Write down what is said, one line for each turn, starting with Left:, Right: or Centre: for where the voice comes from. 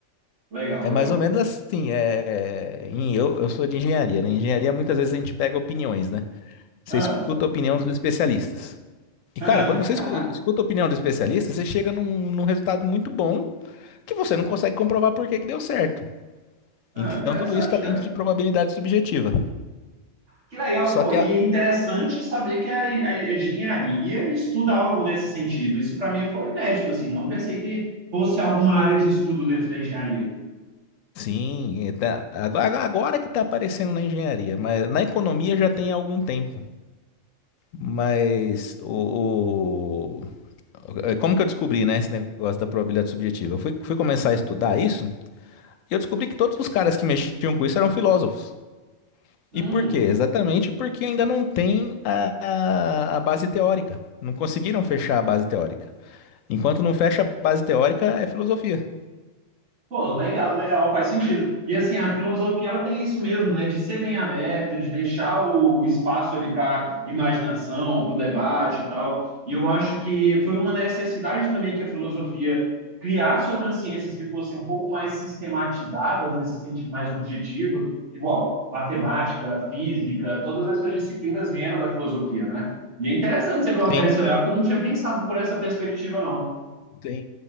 Right: legal,
Left: É
Right: legal.
Left: mais ou menos assim. É, em- eu, eu sou de engenharia, né? Em engenharia muitas vezes a gente pega opiniões, né? Você
Right: Ah,
Left: escuta a opinião dos especialistas. E,
Right: ah,
Left: cara, quando você escu- escuta a opinião dos especialistas, você chega num, num resultado muito bom que você não consegue comprovar por que que deu certo.
Right: <laughs> ah,
Left: Então,
Right: interessante,
Left: tudo isso está dentro
Right: cara.
Left: de probabilidade subjetiva.
Right: Que legal,
Left: Só
Right: pô.
Left: que
Right: E
Left: a.
Right: interessante saber que a, a engenharia estuda algo nesse sentido. Isso para mim foi inédito, assim. Não pensei que fosse alguma área de estudo dentro da engenharia.
Left: Sim, é, tá- agora, agora que está aparecendo na engenharia, mas na economia já tem há algum tempo. Mas o, o- é, como que eu descobri, né, esse negócio da probabilidade subjetiva? Eu fui, fui começar a estudar isso e eu descobri que todos os caras que mexiam com isso eram filósofos.
Right: Hum.
Left: E por quê? Exatamente porque ainda não tem a, a, a base teórica. Não conseguiram fechar a base teórica. Enquanto não fecha a base teórica, é filosofia.
Right: Pô, legal, legal, faz sentido. E assim, a filosofia ela tem isso mesmo, né? De ser bem aberto, de deixar o, o espaço ali para imaginação, para o debate e tal. E eu acho que foi uma necessidade também que a filosofia criasse outras ciências que fossem um pouco mais sistematizadas, nesse sentido mais objetivo, igual matemática, física, todas essas disciplinas vieram da filosofia, né? E é interessante você colocar
Left: Sim,
Right: isso olhar, porque eu não tinha pensado por essa perspectiva, não.
Left: sim.